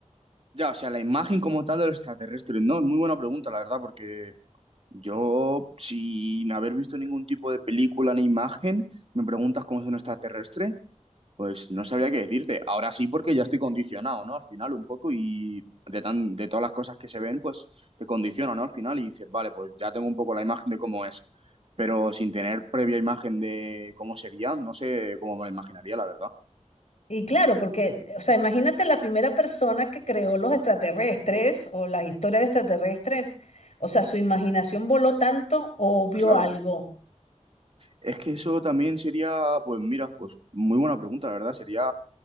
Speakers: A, on the right (about 50°); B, on the left (about 65°).
A: Ya, o sea, la imagen como tal de los extraterrestres, ¿no? Es muy buena pregunta, la verdad, porque yo, sin haber visto ningún tipo de película ni imagen, me preguntas cómo es un extraterrestre. Pues no sabría qué decirte. Ahora sí, porque ya estoy condicionado, ¿no? Al final un poco y de tan, de todas las cosas que se ven, pues te condiciona, ¿no? Al final y dices, vale, pues ya tengo un poco la imagen de cómo es, pero sin tener previa imagen de cómo sería, no sé cómo me lo imaginaría, la verdad.
B: Y claro, porque, o sea, imagínate la primera persona que creó los extraterrestres o las historias de extraterrestres, o sea, su imaginación voló tanto o vio
A: Claro.
B: algo.
A: Es que eso también sería, pues mira, pues muy buena pregunta, la verdad. Sería,